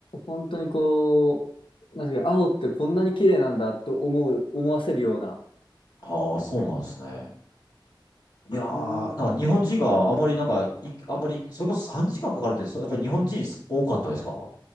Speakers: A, on the left; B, on the left.
A: 本当にこう、なんていうか、青ってこんなに綺麗なんだと思う、思わせるような、
B: ああ、そうなんですね。いやー、
A: ん、い
B: なんか日本人があまりなんか、い、あまり、それこそ3時間かんかかるって、そやっぱり日本人多かったですか